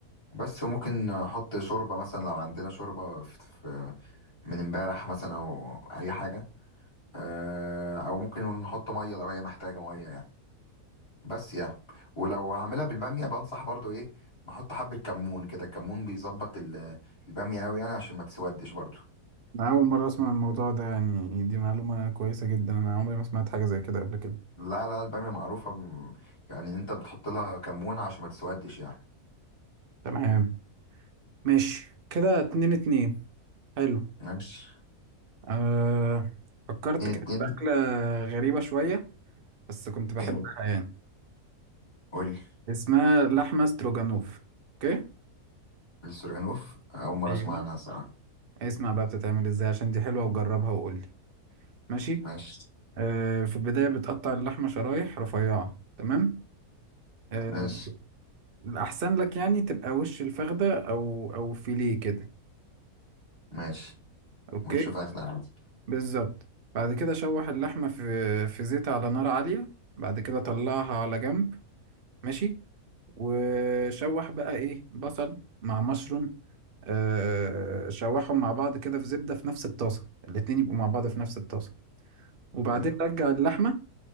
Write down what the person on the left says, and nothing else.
بس ممكن احط شوربة مثلا لو عندنا شوربة في في- من امبارح مثلا او اي حاجة آه، او ممكن نحط مية لو هي محتاجة مية يعني بس يعني ولو هعملها بالبامية بنصح برضو ايه نحط حبة كمون كده الكمون بيظبط ال- البامية أوي يعني عشان ما تسودش برضو
لا لا البامية معروفة ب- يعني إن انت بتحط لها كمون عشان ما تسودش يعني
ماشي
اتنين اتنين
ايه
قول
السورجانوف أول مرة
أسمع عنها الصراحة
ماشي
ماشي
ماشي
وش فاخدة عادي
حلو